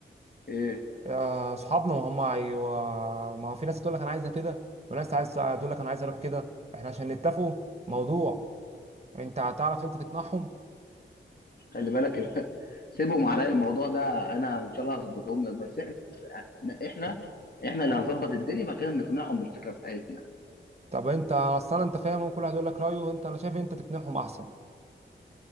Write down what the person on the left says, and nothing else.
ايه
خلي بالك <laughs> سيبهم عليا الموضوع ده انا ان شاء الله هظبطهم لك بس احنا احنا احنا اللي هنظبط الدنيا مكان إن نقنعهم بالفكره بتاعتنا